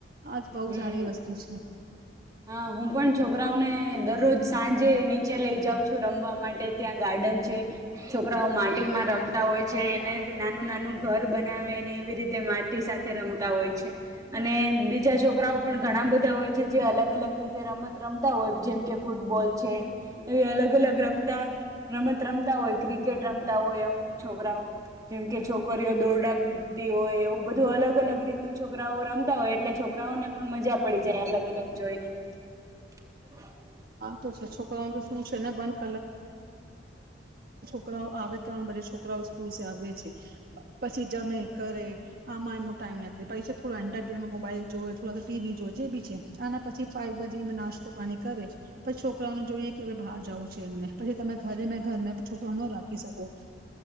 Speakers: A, on the right (about 55°); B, on the right (about 20°).
A: આજ બહુ
B: હમ
A: સારી વસ્તુ છે.
B: હા હું પણ છોકરાઓને દરરોજ સાંજે નીચે લઇ જાઉં છું રમવા માટે ત્યાં ગાર્ડન છોકરાઓ માટે. માં રમતા હોય છે એને નાનું નાનું ઘર બનાવેને એવી રીતે માટી સાથે રમતા હોય છે, અને બીજા છોકરાઓ પણ ઘણા બધા હોય છે જે અલગ અલગ અલગ રીતે રમત રમતા હોય જેમ કે ફૂટબોલ છે, એ અલગ અલગ રમતા રમત રમતા હોય ક્રિકેટ રમતા હોય અમુક છોકરાઓ, જેમકે છોકરીઓ દોરડા કૂદતી હોય એવું બધું અલગ અલગ રીત ન છોકરાઓ રમતા હોય એટલે છોકરાઓને પણ મજા પડી જાય અલગ અલગ જોઈને. <inaudible>
A: આ તો છે છોકરાઓને તો શું છે ને બંધ છ આવે ત્રણે છોકરા. આવ છે, પછી જમે કરે, આમાં એમનો ટાઈમ કળે પરીક્ષા થો એન્ટરમે મોબાઈલ જોઈ થોડા ટીવી જોજે બી છે અનેના પછી ફાય ભજી નાસ્તો પાણી કરે. પછી છોકરાઓને જોઈએ કે હવે બહાર જવું છે એમને પછી તમે ઘરે મે છોકરો ન રાખી શકો.